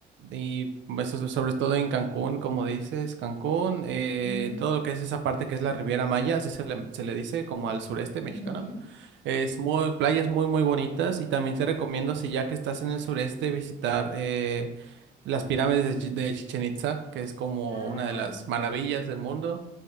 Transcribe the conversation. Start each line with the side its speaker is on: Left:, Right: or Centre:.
Right: y eso, sobre todo en Cancún, como dices, Cancún, eh,
Left: Mm,
Right: todo lo que es esa parte que es la Riviera Maya, así se le, se le dice, como al sureste
Left: ujú.
Right: mexicano. Es muy, playas muy, muy bonitas. Y también te recomiendo, si ya que estás en el sureste, visitar eh, las pirámides de, Chichen Itza, que es como
Left: Ah,
Right: una de las maravillas del mundo.